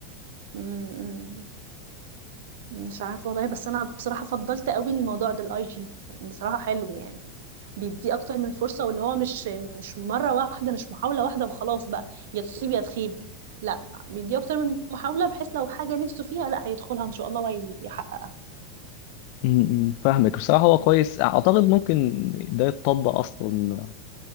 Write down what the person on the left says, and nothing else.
م- م، فاهمك بصراحة هو كويس أعتقد ممكن ده يتطبق أصلا